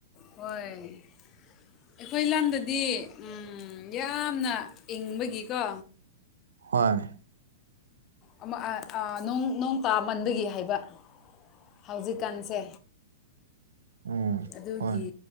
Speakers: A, on the left; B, on the right.
A: ꯍꯣꯏ ꯑꯩꯈꯣꯏ ꯂꯝꯗꯗꯤ ꯎꯝ ꯌꯥꯝꯅ ꯏꯪꯕꯒꯤꯀꯣ
B: ꯍꯣꯏ
A: ꯑꯃ ꯑꯥ ꯑꯥ ꯅꯣꯡ ꯅꯣꯡ ꯇꯥꯃꯟꯕꯒꯤ ꯍꯥꯏꯕ ꯍꯧꯖꯤꯛꯀꯥꯟꯁꯦ
B: ꯎꯝ
A: ꯑꯗꯨꯒꯤ
B: ꯍꯣꯏ